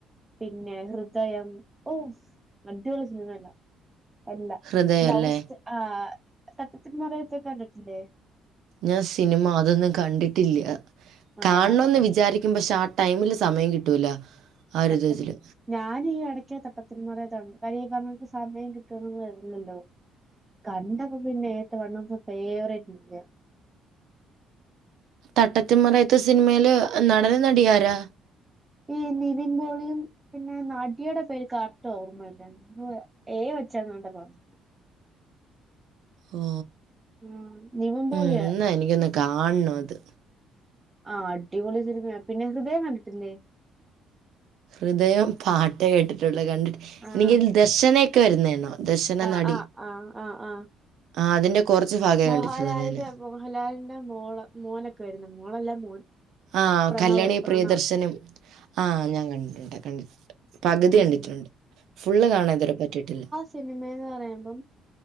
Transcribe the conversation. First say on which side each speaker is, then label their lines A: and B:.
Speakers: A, on the right (about 20°); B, on the right (about 75°).
A: പിന്നെ ഹൃദയം ഓ മറ്റൊരു സിനിമ അല്ല എല്ല
B: ഹൃദയല്ലേ?
A: ലൗസ് ആ് തട്ടത്തി മറയത്തെക്കെ കണ്ടിട്ടില്ലേ
B: ഞാൻ സിനിമ അതൊന്നും കണ്ടിട്ടില്ല
A: ആ
B: കാണണന്ന്
A: തട്ടത്ത്
B: വിചാരിക്ക പക്ഷെ ആ ടൈമില് സമയം കിട്ടൂല ആ ഒരു
A: തട്ട
B: ഇതില്.
A: ഞാനൻ ഈ എടയ്ക്ക തട്ടത്തിന് മറയ ത്ത് കാര്യ ഈ പറഞ്ഞക്ക് സമയം കിട്ടണന്ന്ല്ലല്ലോ കണ്ടപ്പോ പിന്നെ <unintelligible> ഫേവറേറ്റ് ഇല്ല്യാ
B: തട്ടത്തിമറയത്ത് സിനിമയില് നടനും നടിയാരാ
A: ഈ നിവിൻ പോളിയും പിന്നെ നാട്ടി യയുടെ പേര് കറട്ട് ഓർമ്മല്ലാണ്ട് ഏ വച്ചാങ്ങാണ്ടാതോണ്
B: ഓ
A: ആഹ് നിവിൻ പോളിയാ
B: ഉം ഇന്നാ എനിക്കൊന്ന് കാണണത്
A: ആഹ്അടിപൊളി സിനിമേ പിന്നെ ഹൃദയം കണ്ടിട്ടില്ലേ
B: ഹൃദയം പാട്ടേകേട്ടിട്ടുള്ളു കണ്ടി
A: ആഹ്
B: <unintelligible> ദശനൊക്കെ വരുന്നതണോ ദശന
A: ആഹ്
B: നടി
A: ആഹ് ആഹ് ആഹ് ആഹ്
B: ആഹ് അതിന്റെ കുറച്ച് ഭാഗമേ
A: മോഹൻലാലിന്റെ
B: കണ്ടിട്ടുള്ളൂ ഞാന്.
A: മോഹൻലാലിന്റെ മോള് മോനൊക്കെ വരുന്നു മോളല്ല മോൻ
B: ആ
A: പ്രണവ്
B: കല്യാണി
A: പ്രണവ്
B: പ്രിയദർശനും ആഹ് ഞാൻ കണ്ടിട്ടുണ്ട് കണ്ടിട്ടുണ്ട് പകുതി
A: ഉം
B: കണ്ടിട്ടുണ്ട് ഫുള്ള് കാണാന് ഇതുവരെ പറ്റിയിട്ടില്ല
A: സിനിമെന്ന് പറയുമ്പോ